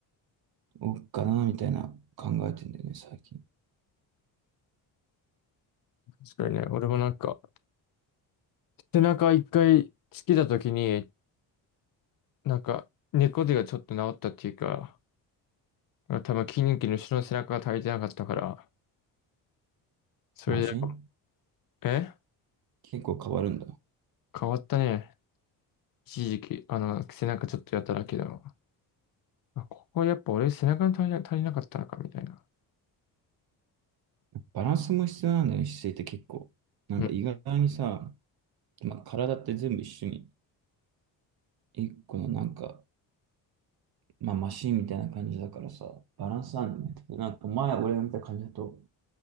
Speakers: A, on the right; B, on the left.
A: おうかな、みたいな考えてんだよね、最近。
B: 確かにね、俺もなんか、背中一回つけた時に、なんか、猫背がちょっと治ったっていうか、多分筋肉の後ろの背中が足りてなかったから、それで、
A: マジ
B: え
A: 結構変わるんだ。
B: 変わったね。一時期、あの、背中ちょっとやっただけだもんあ、ここやっぱ俺背中に足りな、足りなかったのかみたいな。
A: バランスも必要なんだよね、姿勢って結構。なんか意外にさ、
B: うん。
A: まあ、体って全部一緒に、一個のなんか、まあ、マシンみたいな感じだからさ、バランスなんだよね。なんか前俺が見た感じだと、